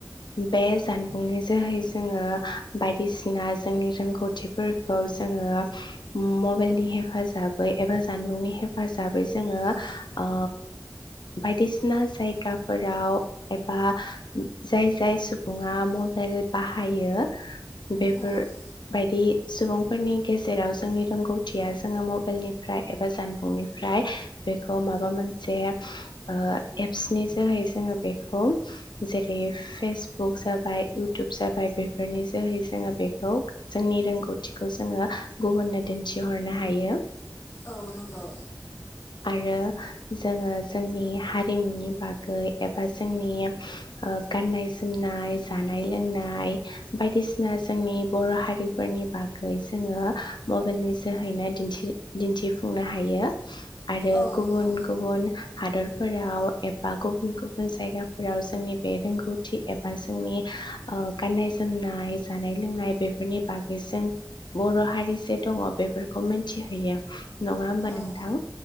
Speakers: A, on the left; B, on the left.
A: बे जानबुंनि जोहै जोङो बायदिसिना जोंनि रोंगौथिफोरखौ जोङो मबाइलनि हेफाजाबै एबा जानबुंनि हेफाजा बै जोङो ओ
B: औ
A: बायदिसिना जायगाफोराव एबा उम जाय जाय सुबुङा मबाइल बाहायो बेफोर
B: औ
A: बायदि सुबुंफोरनि गेजेराव जोंनि रोंगौथिया जोङो मबाइलनिफ्राय एबा जानबुंनिफ्राय बेखौ माबा मोनसे ओ एप्सनि जोहै जोङो बेखौ जेरै फेसबुक जाबाय इउटुब जाबाय बेफोरनि जोहै जोङो बेखौ जोंनि रोंगौथिखौ जोङो गुबुननो दिन्थिहरनो हायो।
B: औ नोंगौ।
A: आरो जोङो जोंनि हारिमुनि बागै एबा जोंनि ओ गाननाय जोमनाय जानाय लोंनाय बायदिसिना जोंनि बर' हारिफोरनि बागै जोङो मबाइलनि जोहैनो दिन्थि-दिन्थिफुंनो हायो। आरो
B: औ
A: गुबुन
B: नंगौ
A: गुबुन हादर फोराव एबा गुबुन गुबुन जायगाफोराव जोंनि बे रोंगौथि एबा जोंनि ओ गाननाय जोमनाय जानाय लोंनाय बेफोरनि बागै जों बर' हारि जे दङ बेफोरखौ मोन्थिहैयो। नङा होमबा नोंथां?
B: औ